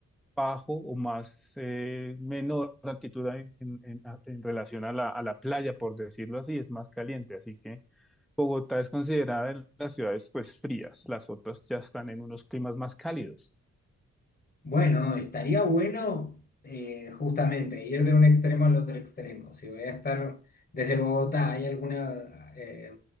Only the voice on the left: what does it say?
Bueno, estaría bueno eh, justamente ir de un extremo al otro extremo. Si voy a estar desde Bogotá, ¿hay alguna eh,